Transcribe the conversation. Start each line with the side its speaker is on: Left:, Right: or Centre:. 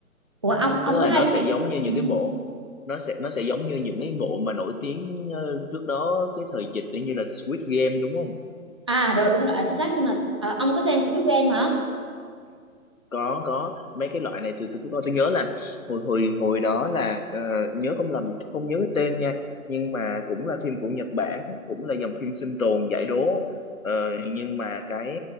Right: ủa ông ông
Left: tức là
Right: có hay
Left: nó sẽ
Right: phim
Left: giống như những
Right: ừ.
Left: cái bộ nó sẽ nó sẽ giống như những cái bộ mà nổi tiếng ờ, trước đó cái thời dịch như là Squid Game đúng không?
Right: à rồi đúng rồi à, chính xác nhưng mà ờ, ông có xem Squid Game hả
Left: có có mấy cái loại này tôi tôi cũng có tôi nhớ là hồi hồi hồi đó là ờ, nhớ không lầm tôi không nhớ cái tên nha nhưng mà cũng là phim của Nhật Bản cũng là dòng phim sinh tồn giải đố Ờ, nhưng mà cái